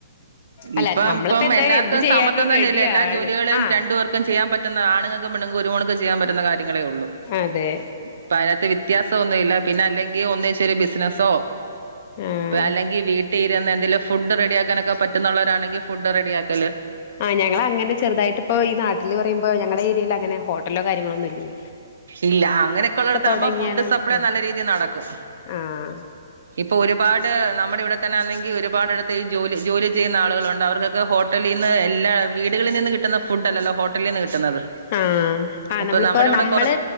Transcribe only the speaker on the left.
അല്ല
നമ്മളിപ്പോ
എന്തായാലും
എന്ത് ചെയ്യാനും
റെഡിയാണ്
ആഹ്
അതെ
ആഹ്
ആഹ് ഞങ്ങള് അങ്ങനെ ചെറ്തായിട്ട് ഇപ്പോ ഈ നാട്ടില് പറയുമ്പോ ഞങ്ങടെ ഏരിയേല് അങ്ങനെ ഹോട്ടലാെ കാര്യങ്ങളോ ഒന്നുല്യേ
തൊടങ്ങിയാലോന്നൊക്കെ
വിചാരിക്കും
ആഹ്
ആഹ് ആഹ്
നമ്മള്
ഇപ്പോ
നമ്മള്